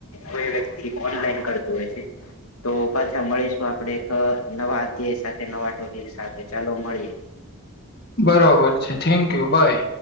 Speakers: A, on the left; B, on the left.
A: કોઈ વ્યક્તિ ઓનલાઈન કરતો હોય છે. તો પાછા મળીશું આપડે એક અ નવા અધ્યાય સાથે નવા ટોપિક સાથે ચાલો મળીએ.
B: બરોબર છે, થેન્ક યુ, બાય.